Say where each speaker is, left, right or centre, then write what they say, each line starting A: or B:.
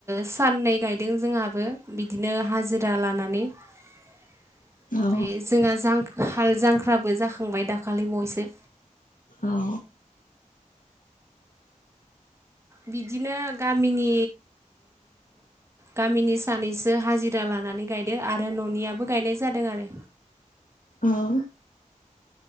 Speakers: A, on the right; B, on the left.
A: साननै गायदों जोंहाबो बिदिनो हाजिरा लानानै। ओमफ्राय
B: औ
A: जोंहा जां हाल जांख्राबो जाखांबाय दाखालि बावैसो।
B: औ
A: बिदिनो गामिनि गामिनि सानैसो हाजिरा लानानै गायदो आरो ननियाबो गायनाय जादों आरो।
B: अह